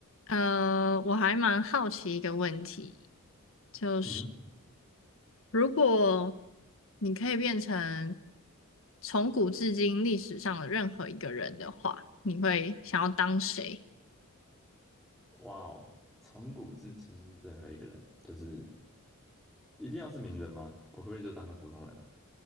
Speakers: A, on the left; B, in the centre.
A: 呃，我还蛮好奇一个问题，就是
B: 嗯哼
A: 如果你可以变成从古至今历史上的任何一个人的话，你会想要当谁？
B: 哇哦，从古至今任何一个人，就是一定要是名人吗？我可不可以就当个普通人啊？